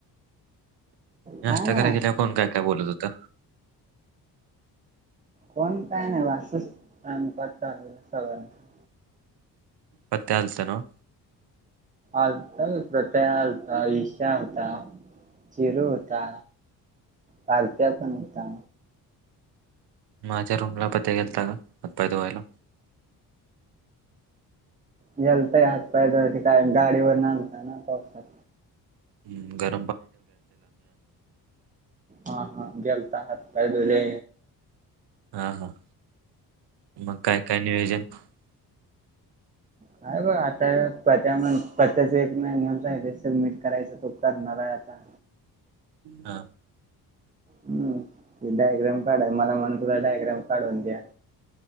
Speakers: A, on the right; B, on the right.
A: नाश्ता
B: काय नाही
A: कराला
B: असं
A: गेल्यावर कोण काय, काय बोलत होत का?
B: कोण काही नाही बघ टाईमपास चालू सगळ्यांचा
A: पत्या आलता नव्ह
B: आलता पत्त्या आलता विश्या आलता चिरू होता परत्या पण होता
A: माझ्या रूमला पत्या गेलता हातपाय धुवायला
B: गेलता हातपाय धुहायला तिथं गाडीन वर आलता ना पावसात
A: हम्म घर
B: हा, हा गेलता हातपाय दुहाईले
A: हा, हा मग काय, काय नियोजन <unintelligible>
B: काय मग आता पत्या म्हण पत्याच एक महिन्याचं आहे सबमिट करायच तो करणार आहे आता
A: हा
B: हम्म डायग्राम काढाय‌ मला म्हणला डायग्राम काढून द्या